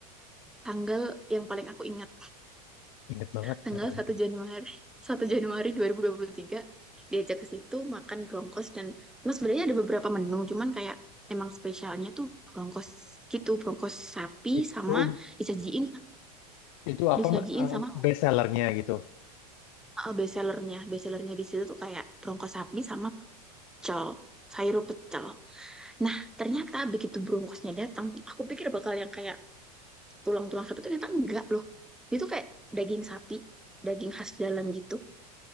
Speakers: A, in the centre; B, on the left.
A: tanggal yang paling aku ingat.
B: inget banget.
A: Tanggal
B: makanan.
A: satu Januari <laughs> satu Januari dua dua ribu dua puluh tiga diajak ke situ makan brongkos dan mas sebenarnya ada beberapa menu cuman kayak emang spesialnya tuh brongkos gitu brongkos sapi
B: Itu
A: sama disajiin
B: itu apa
A: disajiin
B: eh,
A: sama
B: best sellernya gitu?
A: uh, bestsellernya bestsellernya di situ tuh kayak brongkos sapi sama pecel sayur pecel Nah, ternyata begitu bronkosnya datang, aku pikir bakal yang kayak tulang-tulang sapi itu ternyata enggak loh. Itu kayak daging sapi, daging khas dalam gitu.